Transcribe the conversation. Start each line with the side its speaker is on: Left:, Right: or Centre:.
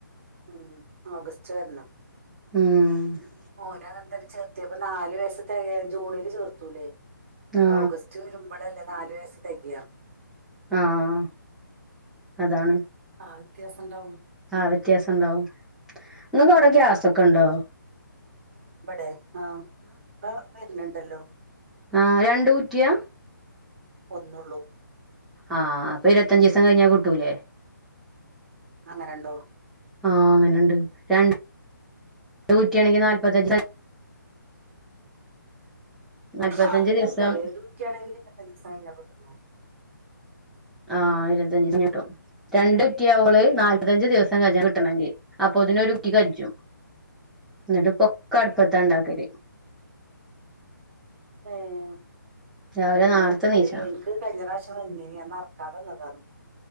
Right: മ്മ് ഓഗസ്റ്റ് വരണം
Centre: ഉം
Right: ഓനങ്ങന തന്നെ ചേർത്യപ്പൊ നാല് വയസ് തെകയാ ജൂണില് ചേർത്തൂല്ലേ
Centre: ആ
Right: ഓഗസ്റ്റ് വരുമ്പോഴ നാല് വയസ് തെ കയാ
Centre: ആഹ അതാണ്
Right: ആ വ്യത്യാസം ണ്ടാവും
Centre: ആഹ വ്യത്യാസം ഉണ്ടാവും നിങ്ങക്ക് അവിടെ ഗ്യാസൊക്കെണ്ടോ
Right: ബടെേ ആഹ ആ വര്ന്ണ്ടല്ലോ
Centre: ആഹ രണ്ട് കുറ്റിയാ
Right: ഒന്നുള്ളൂ
Centre: ആഹ് അപ്പൊ ഇരത്തഞ്ചിയ്സം കഴിഞ്ഞാ കിട്ടൂലേ
Right: അങ്ങനെ ഉണ്ടോ
Centre: ആഹ അങ്ങനെ ഉണ്ട് രണ്ട് രണ്ടുകുറ്റിയണെങ്കി നാല്പത്തഞ്ച് നാല്പത്തഞ്ച്
Right: അത്
Centre: ദിവസം
Right: ഞങ്ങക്ക് കറീ ഒരു കുറ്റ്യാ ണെങ്കിൽ ഇരത്തഞ്ചിസം കഴിഞ്ഞാ കിട്ടുന്നോ
Centre: ആഹ ഇരുത്തഞ്ചിസം കഴിഞ്ഞ കിട്ടും രണ്ട് കുറ്റിയവ്മ്പള് നാല്പത്തഞ്ച ദിവസം കഞ്ച കിട്ടണെങ്കി അപ്പൊതിനെ ഒരു കുറ്റി കഞ്ചും എന്നിട്ട് പ്പൊക്ക അടുപ്പത്താ ണ്ടാക്കല്
Right: ഏഹ്
Centre: രാവിലെ
Right: ന്ന
Centre: നേർത്തെ
Right: ഇൻക്കറീല
Centre: നീച്ചണം
Right: ഇൻക്ക് കഴിഞ്ഞ പ്രാവശ്യം വന്നീനി ഞാൻ നറകാതന്ന താണ്